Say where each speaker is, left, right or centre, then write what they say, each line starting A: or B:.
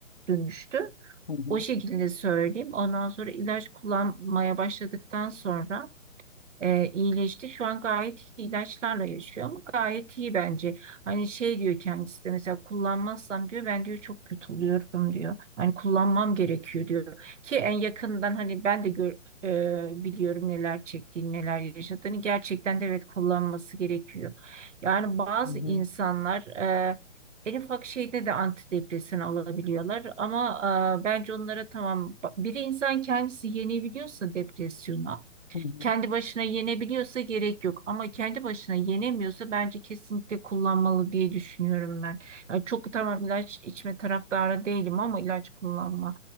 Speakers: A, on the right (about 65°); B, on the left (about 45°).
A: dönüştü.
B: hı hı,
A: O şekilde söyleyeyim. Ondan sonra ilaç kullanmaya başladıktan sonra e, iyileşti. Şu an gayet iyi ilaçlarla yaşıyor ama gayet iyi bence. Hani şey diyor kendisi de mesela kullanmazsam diyor ben diyor çok kötü oluyorum diyor. Hani kullanmam gerekiyor diyor. Ki en yakından hani ben de gör, e, biliyorum neler çektiğini, neler yaşadığını. Gerçekten de evet kullanması gerekiyor. Yani bazı
B: hı hı,
A: insanlar e, En ufak şeyde de antidepresan alabiliyorlar ama e, bence onlara tamam bir insan kendisi yenebiliyorsa depresyonu
B: hı hı,
A: kendi başına yenebiliyorsa gerek yok ama kendi başına yenemiyorsa bence kesinlikle kullanmalı diye düşünüyorum ben. Yani çok tamam ilaç içme taraftarı değilim ama ilaç kullanma.